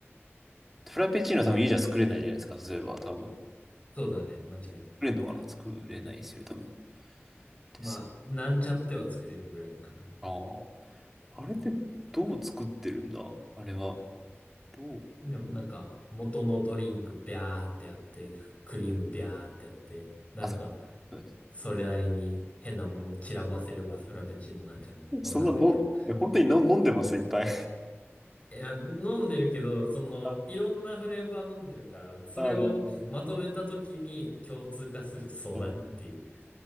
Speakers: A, in the centre; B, on the left.
A: フラペチーノは多分家じゃ作れないじゃないですか、例えば多分。作
B: そうだね、間違いなく。
A: れんのかな作れないですよ、多分。です
B: まあ、なんちゃっては作れるぐらいかな。
A: ああ。
B: うん
A: あれってどう作ってるんだあれは。どう
B: でもなんか、元のドリンクビャーってやって、クリームビャーってやって、なんか、
A: あ、そうそうです。
B: それなりに変なもの散らばせればそれは別チーノなんじゃないわかんないけど。
A: そんなの、え、本当にの飲んでます、いっぱい。
B: いや、飲んでるけど、その、
A: あ
B: いろんなフレーバー飲んでるから、それをまとめたときに共通化するとそうなるっていう。
A: あー、なるほど。あー